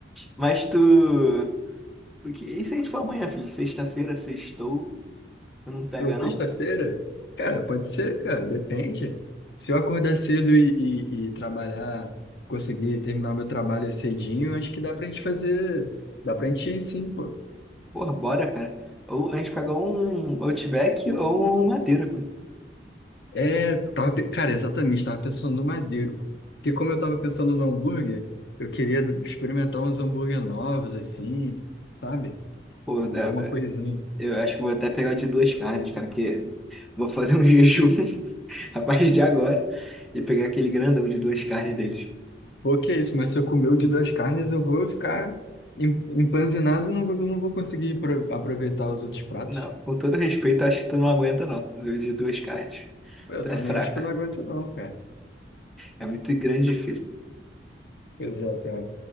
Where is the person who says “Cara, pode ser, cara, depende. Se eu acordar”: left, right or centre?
Left